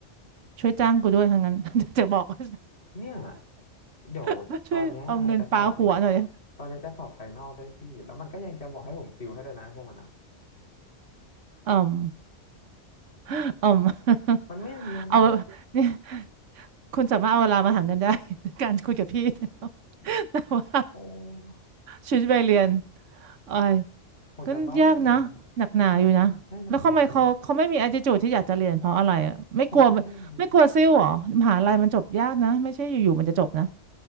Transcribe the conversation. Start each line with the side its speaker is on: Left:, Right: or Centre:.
Right: ช่วยจ้างกูด้วยทั้งนั้น <laughs> จะบอกว่า
Left: เนี่ยเดี๋ยวตอนเนี้ยจะสอบมิด
Right: <laughs> ช่วยเอาเงินปาหัวหน่อยเอือ
Left: ตอนเนี้ยจะสอบไฟนอลด้วยพี่ แล้วมันก็ยังจะบอกให้ผมติวให้ด้วยนะพวกมันอ่ะ
Right: อืม <laughs> เ
Left: มันไม่เรียนอ่ะ
Right: อา <laughs> นี่ คุณสามารถเอาเวลามาหาเงินได้ <laughs> ในการคุยกับพี่ <laughs> แต่ว่า
Left: โอ้
Right: ชีวิตวัยเรียนเอ้ย
Left: ผมจะบ้า
Right: ก็ยากนะหนักหนาอยู่นะแล้วทำไมเขาเขาไม่มี
Left: อืมได้หนักหนาม
Right: attitude ที่อยากจะเรียนเพราะอะไรอ่ะไม่กลัว
Left: ผมก็ไม่รู้
Right: ไม่กลัวซิ่วเหรอมหาลัยมันจบยากนะไม่ใช่อยู่ๆมันจะจบนะ